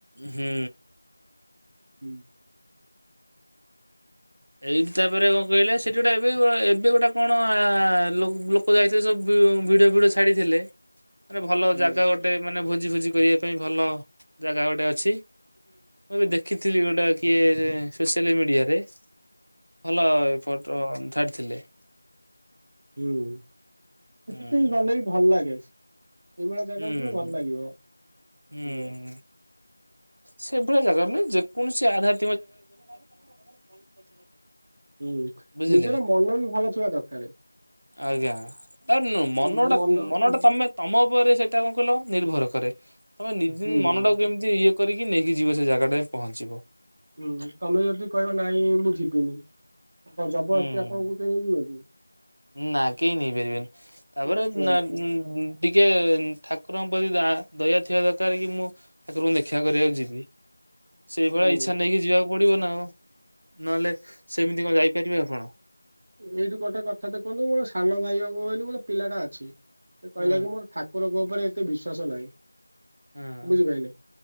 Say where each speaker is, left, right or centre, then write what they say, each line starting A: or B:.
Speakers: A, on the right; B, on the right.
A: ହୁଁ।
B: ହୁଁ।
A: ଏଇଠି ତାପରେ କଣ କହିଲେ ସେଠି ଗୋଟେ ଏବେ ଏବେ ଗୋଟେ କଣ ଲୋଗ ଲୋକ୍ କ ଯାଇଥିଲେ ସବୁ ଭି ଭିଡିଓ ଫିଡିଓ ଛାଡିଥିଲେ ମାନେ ଭଲ
B: ଆଜ୍ଞା
A: ଜାଗା ଗୋଟେ ମାନେ ଭୋଜି ଫୋଜି କରିବା ପାଇଁ ଭଲ ଜାଗା ଗୋଟେ ଅଛି।
B: ଆଜ୍ଞା
A: ମୁଁ ଏବେ ଦେଖିଥିଲି ଗୋଟା କିଏ ସେ ସୋସିଆଲ ମିଡିଆରେ। ଭଲ ଏ ଫଟୋ ଅନ୍ଧାରଥିଲେ।
B: ହୁଁ ସେଠିକୀ
A: ହୁଁ
B: ଗଲେ ବି ଭଲ ଲାଗେ। ଏଇଭଳିଆ ଜାଗାକୁ
A: ହୁଁ।
B: ଯିବା ଭଲ ଲାଗିବ
A: ହୁଁ
B: ଆଜ୍ଞା।
A: ହୁଁ ସେଭଳିଆ ଜାଗା ମାନେ ଯେକୌଣସି ଆଧ୍ୟା
B: <inaudible> ହୁଁ
A: ବୁଝିଲେ
B: ନିଜର ମନ ବି ଭଲ ଥିବା ଦରକାରେ।
A: ଆଜ୍ଞା ତାନ ମନ
B: ଉଁ
A: ଟା ଉ ମନଟା
B: ହୁଁ
A: ତମେ ତମ ଉପରେ ସେଇଟା କଣ କହିଲ ନିର୍ଭର କରେ ତମେ ନିଜେ
B: ହୁଁ
A: ମନଟା କୁ କେମ ଇଏ କରିକି ନେଇକି ଯିବ ସେ ଜାଗା ଟାରେ ପହଞ୍ଚିବ।
B: ହୁଁ ତମେ ଯଦି କହିବ ନାଇଁ ମୁଁ ଯିବିନି ଜବରଦସ୍ତି
A: ହୁଁ
B: ଆପଣଙ୍କୁ ନେଇଯିବ କି?
A: ନା କେ ନେଇପାରିବେନି ତାପରେ
B: ହୁଁ ସେମିତି
A: ନା ଉଁ ଗୁଁ। ଟିକେ ଠାକୁରଙ୍କ ପ୍ରତି ଦା ଦୟା ଥିବା ଦରକାର କି ମୁଁ ଠାକୁରଙ୍କୁ ଦେଖା କରିବାକୁ ଯିବି ସେଇଭଳିଆ
B: ହୁଁ
A: ଇଚ୍ଛା ନେଇକି ଯିବାକୁ ପଡିବ ନା ଆଉ। ନହେଲେ ସେମିତି କଣ ଯାଇପାରିବେ ଆପଣ?
B: ଏଇଠୁ ଗୋଟେ କଥାଟେ କୁହନ୍ତୁଁ ସାନ ଭାଇ ହବ ବୋଲି ଗୋଟେ ପିଲାଟା ଅଛି। ସେ କହିଲା
A: ହୁଁ
B: କି ମୋର ଠାକୁରଙ୍କ ଉପରେ ଏତେ ବିଶ୍ଵାସ ନାହିଁ।
A: ହୁଁ
B: ବୁଝିପାରିଲେ